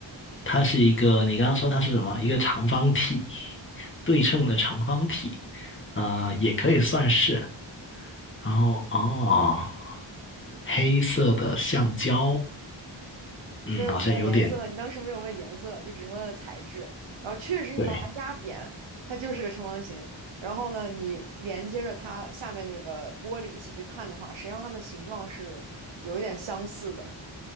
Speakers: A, on the left; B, on the right.
A: 它是一个，你刚刚说它是什么？一个长方体，对称的长方体，呃，也可以算是。然后哦，黑色的橡胶，嗯，
B: 没有提到颜色，
A: 好像有点
B: 你当时没有问颜色，就只是问了材质。然后确实你把它压扁，
A: 对，
B: 它就是个长方形。然后呢，你连接着它下面那个玻璃一起去看的话，实际上它们的形状是有一点相似的。